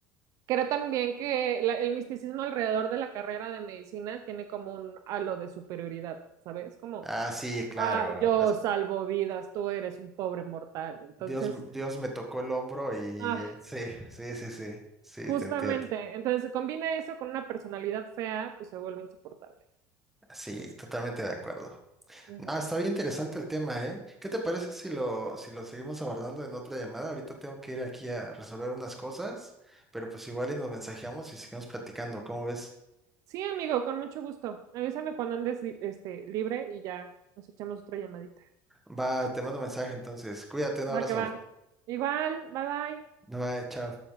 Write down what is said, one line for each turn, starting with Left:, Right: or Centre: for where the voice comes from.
Right: Creo también que la- el misticismo alrededor de la carrera de medicina tiene como un halo de superioridad, ¿sabes? Como,
Centre: Ah, sí, claro.
Right: ah, yo salvo vidas, tú eres un pobre mortal. Entonces,
Centre: Dios, Dios me tocó el hombro y eh,
Right: ah,
Centre: sí, sí, sí, sí, sí,
Right: justamente,
Centre: te entiendo.
Right: entonces se combina eso con una personalidad fea, pues se vuelve insoportable.
Centre: Sí, totalmente de acuerdo.
Right: Ujú.
Centre: Ah, está bien interesante el tema, ¿eh? ¿Qué te parece si lo, si lo seguimos abordando en otra llamada? Ahorita tengo que ir aquí a resolver unas cosas, pero pues igual y nos mensajeamos y seguimos platicando, ¿cómo ves?
Right: Sí, amigo, con mucho gusto. Avísame cuando andes li- este, libre y ya nos echamos otra llamadita.
Centre: Va, te mando mensaje entonces. Cuídate, un abrazo.
Right: Va que va. Igual, bye bye.
Centre: Bye, bye, chao.